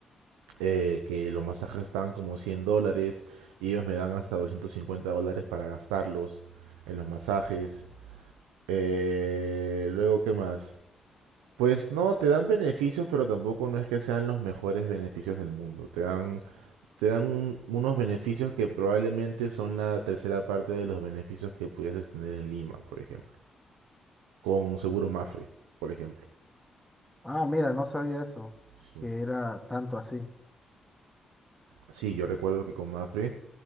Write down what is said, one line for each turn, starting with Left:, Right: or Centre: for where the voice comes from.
Right: eh, que los masajes estaban como 100 dólares y ellos me dan hasta 250 dólares para gastarlos en los masajes. Eh, luego, ¿qué más? Pues no, te dan beneficios, pero tampoco no es que sean los mejores beneficios del mundo. Te dan, te dan un- unos beneficios que probablemente son la tercera parte de los beneficios que pudieses tener en Lima, por ejemplo. Con seguro Mafre, por ejemplo.
Centre: Ah, mira, no sabía eso,
Right: Sí.
Centre: que era tanto así.
Right: Sí, yo recuerdo que con Mafre